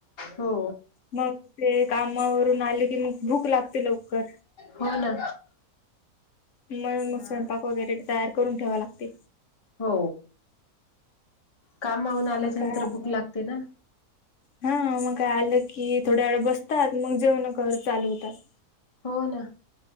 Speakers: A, on the left; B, on the left.
A: हो
B: मग ते कामावरून आले की मग भूक लागते लवकर
A: हो ना
B: म्हणून
A: हा
B: मग स्वयंपाक वगैरे तयार करून ठेवाय लागतय
A: हो कामाहून आल्याच्या
B: मग काय
A: नंतर भूक लागते ना
B: हा मग काय आलं की थोड्या वेळ बसतात मग जेवण कर चालू होतात
A: हो ना